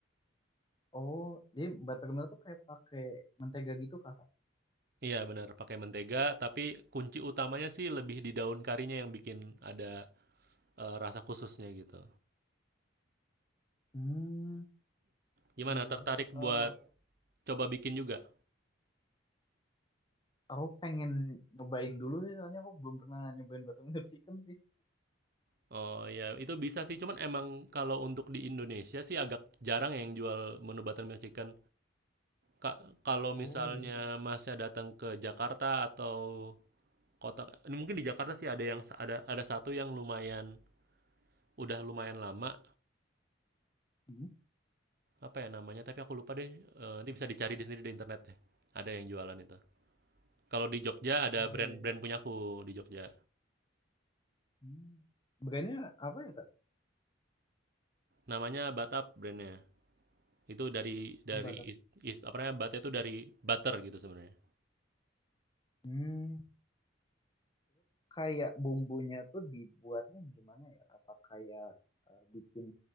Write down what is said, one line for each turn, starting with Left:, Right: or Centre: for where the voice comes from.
Left: Oh, jadi buttermilk tuh kayak pakai mentega gitu Kakak?
Right: iya benar pakai mentega tapi kunci utamanya sih lebih di daun karinya yang bikin ada eh, rasa khususnya gitu
Left: Hmm,
Right: gimana
Left: iya. iya.
Right: tertarik buat
Left: Eh,
Right: coba bikin juga
Left: aku pengen nyobain dulu sih, soalnya aku belum pernah nyobain buttermilk chicken sih.
Right: Oh, ya itu bisa sih, cuman emang kalau untuk di Indonesia sih agak jarang yang jual menu buttermilk chicken. Ka kalau
Left: Oh
Right: misalnya
Left: iya.
Right: Masnya datang ke Jakarta atau kota ini mungkin di Jakarta sih ada yang ada ada satu yang lumayan udah lumayan lama,
Left: Hmm.
Right: apa ya namanya, tapi aku lupa deh, eee, nanti bisa dicari di sendiri di internet deh. Ada yang jualan itu. Kalau di Jogja
Left: Oh
Right: ada brand-brand
Left: iya.
Right: punyaku di Jogja.
Left: Hmm. Brandnya apa ya Kak?
Right: Namanya Batap brandnya Itu dari dari
Left: Oh, batas.
Right: is is apa namanya, Batnya itu dari butter gitu sebenarnya.
Left: Hmm, kayak bumbunya tuh dibuatnya gimana ya? Apa kayak eh, bikin